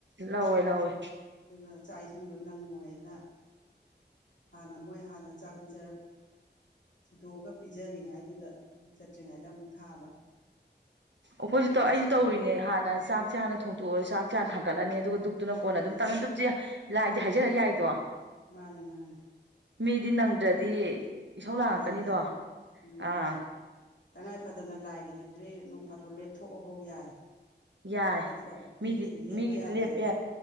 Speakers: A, on the right; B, on the left.
A: ꯂꯧꯋꯦ ꯂꯧꯋꯦ
B: ꯑꯗꯨꯅ ꯆꯥꯏꯁꯤꯡ ꯑꯗꯨꯣ ꯅꯪꯉꯣꯏꯅ ꯍꯥꯟꯅ ꯃꯣꯏ ꯍꯥꯟꯅ ꯆꯥꯛ ꯄꯤꯖꯔ ꯊꯤꯗꯣꯛꯑꯒ ꯄꯤꯖꯔꯤꯉꯥꯏꯗꯨꯗ ꯃꯣꯏ ꯆꯠꯇ꯭ꯔꯤꯉꯩꯗ ꯑꯃꯨꯛ ꯊꯥꯕ
A: ꯑꯩꯈꯣꯏꯁꯨ
B: ꯗꯨꯛꯀꯁꯤꯅ
A: ꯇ ꯑꯩꯁꯨ ꯇꯧꯔꯤꯅꯦ ꯍꯥꯟꯅ ꯆꯥꯛꯁꯦ ꯍꯥꯟꯅ ꯊꯣꯡꯇꯣꯛꯑꯣ ꯆꯥꯛꯁ ꯍꯅ ꯊꯥꯡꯣꯛ ꯍꯥꯀꯠꯂꯅꯤ ꯑꯗꯨꯒ ꯗꯨꯞꯇꯨꯅ ꯀꯣꯟꯅ ꯑꯗꯨꯝ ꯇ ꯗꯨꯞꯇ ꯂꯥꯏꯗꯤ ꯍꯥꯏꯖꯔ ꯌꯥꯏꯗꯣ
B: ꯃꯥꯅꯦ ꯃꯥꯅꯦ
A: ꯃꯤꯗꯤ ꯅꯪꯗ꯭ꯔꯗꯤ ꯏꯁꯧ ꯂꯥꯡꯉꯛꯀꯅꯤꯗꯣ
B: ꯌꯥꯗꯦ ꯎꯝ
A: ꯑꯥ
B: ꯇꯉꯥꯏ ꯐꯗꯅ ꯂꯥꯏꯒꯤꯗꯨꯗꯤ ꯁꯤꯗꯤ ꯅꯣꯡ ꯐꯥꯗ꯭ꯔꯣ ꯂꯦꯞꯊꯣꯛꯑꯐꯧ ꯌꯥꯏ
A: ꯌꯥꯏ
B: ꯅꯠꯇ꯭ꯔꯣ
A: ꯃꯤꯗꯤ
B: ꯃꯤꯒꯤꯗꯤ ꯂꯦꯞꯄ
A: ꯃꯤꯒꯤꯗꯤ
B: ꯌꯥꯗꯦ
A: ꯌꯥ